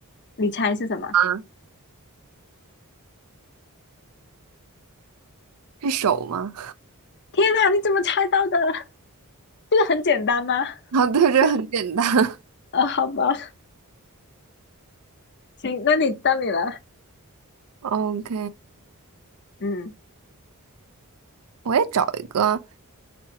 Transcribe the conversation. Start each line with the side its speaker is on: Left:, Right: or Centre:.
Left: 你猜是什么？
Right: 啊，是手吗？
Left: 天哪，你怎么猜到的？<laughs> 这个很简单吗？
Right: <laughs> 啊，对，这很简单。
Left: 就啊，哦好吧，行，那你到你了。
Right: <laughs> OK，
Left: 嗯
Right: 我也找一个，